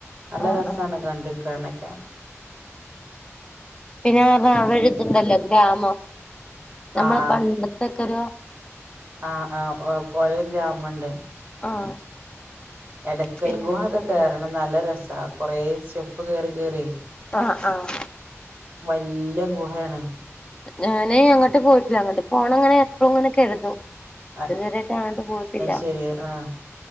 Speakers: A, on the right; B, on the left.
A: നല്ല
B: ആഹ്
A: രസാണ്
B: ആഹ്
A: കണ്ട് ക്കാനൊക്കെ
B: പിന്നന്ന് പറഞ്ഞ അവരിത്തുണ്ടല്ലോ <unintelligible> ആന്നോ ഞമ്മളെ
A: ആഹ്
B: പണ്ടത്തൊക്കൊരു
A: ആഹ് ആ ഹ് ഓ പോയ ഗ്രാമോ <unintelligible> ൻഡ്
B: ആഹ്
A: എടക്കൽ
B: പിന്നെ
A: ഗുഹ ഒക്കെ കെ റണം നല്ല രസാ കൊറേ സ്റ്റെപ് പ്പ് കേറി കേറി
B: ആഹ് ആഹ്
A: വല്യ ഗുഹയാണ്
B: ഞാനേ അങ്ങോട്ട് പോയിട്ടില്ല അങ്ങോട്ട് പോണം അങ്ങനെ എപ്പോളും ഇങ്ങനെ കരുതും
A: അത്
B: ഇതുവരെ കാണാണ്ട് പോയിട്ടില്ല
A: ശരി ആഹ്